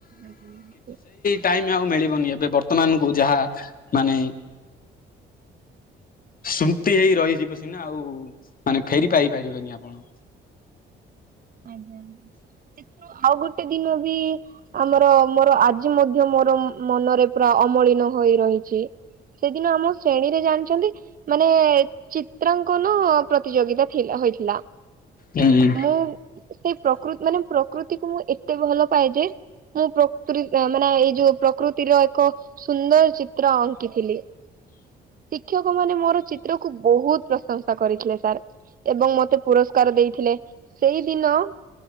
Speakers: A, on the right; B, on the left.
A: ଆଜ୍ଞ।
B: ଟାଇମ୍ ଆଉ ମିଳିବନି ଏବେ ବର୍ତ୍ତମାନ କୁ ଯାହା ମାନେ ସ୍ମୁତି ହେଇ ରହିଯିବ ସିନା ଆଉ ମାନେ ଫେରି ପାଇ ପାରିବନି ଆପଣ।
A: ଆଜ୍ଞା ସେଥିରୁ ଆଉ ଗୋଟେ ଦିନ ବି ଆମର ମୋର ଆଜି ଆଜି ମଧ୍ୟ ମୋର ମନରେ ପୁରା ଅମଳିନ ହୋଇ ରହିଚି। ସେଦିନ ଆମ ଶ୍ରେଣୀରେ ଜାଣିଚନ୍ତି? ମାନେ ଚିତ୍ରାଙ୍କନ ପ୍ରତିଯୋଗିତା ଥିଲା ହୋଇଥିଲା।
B: ହୁଁ
A: ମୁଁ ସେଇ ପ୍ରକୃତି ମାନେ ପ୍ରକୃତିକୁ ମୁଁ ଏତେ ଭଲ ପାଏ ଯେ ମୁଁ ପ୍ରତ୍ରରି ମାନେ ଏଇ ଯୋଉ ପ୍ରକୃତିର ଏକ ସୁନ୍ଦର ଚିତ୍ର ଅଙ୍କିଥିଲି। ଶିକ୍ଷକ ମାନେ ମୋର ଚିତ୍ରକୁୁ ବୋହୁତ ପ୍ରଶଂସା କରିଥିଲେ ସାର୍। ଏବଂ ମତେ ପୁରସ୍କାର ଦେଇଥିଲେ ସେଇଦିନ